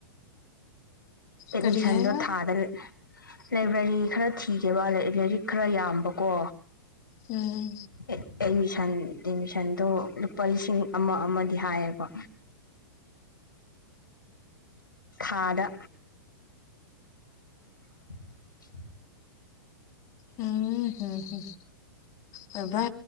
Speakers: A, on the left; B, on the left.
A: ꯑꯦꯠꯃꯤꯁꯟꯗꯣ
B: ꯀꯔꯤ ꯍꯥꯏꯕ
A: ꯊꯥꯗ ꯂꯥꯏꯕ꯭ꯔꯦꯔꯤ ꯈꯔ ꯊꯤꯒꯦꯕ ꯂꯥꯏꯔꯤꯛ ꯈꯔ ꯌꯥꯝꯕꯀꯣ
B: ꯎꯝ
A: ꯑꯦꯠ ꯑꯦꯠꯃꯤꯁꯟ ꯑꯦꯠꯃꯤꯁꯟꯗꯣ ꯂꯨꯄꯥ ꯂꯤꯁꯤꯡ ꯑꯃ ꯑꯃꯗꯤ ꯍꯥꯏꯌꯦꯕ ꯊꯥꯗ <inaudible>
B: ꯎꯝ ꯍꯝ ꯍꯝ ꯑꯣꯏꯕ